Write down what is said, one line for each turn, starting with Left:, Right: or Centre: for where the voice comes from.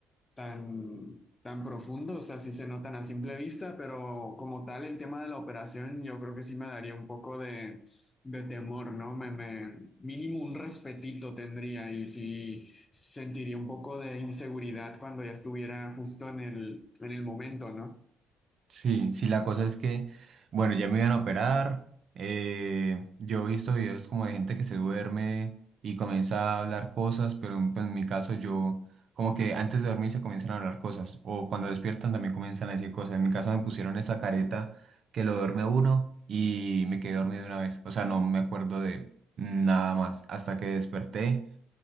Left: tan, tan profundo, o sea, sí se notan a simple vista, pero como tal el tema de la operación yo creo que sí me daría un poco de, de temor, ¿no? Me, me- mínimo un respetito tendría y sí sentiría un poco de inseguridad cuando ya estuviera justo en el, en el momento, ¿no?
Right: Sí, sí, la cosa es que, bueno, ya me iban a operar. eh, yo he visto videos como de gente que se duerme y comienza a hablar cosas, pero en, pues, en mi caso yo, como que antes de dormir se comienzan a hablar cosas, o cuando despiertan también comienzan a decir cosas. En mi caso me pusieron esa careta que lo duerme a uno y me quedé dormido de una vez. O sea, no me acuerdo de nada más hasta que desperté.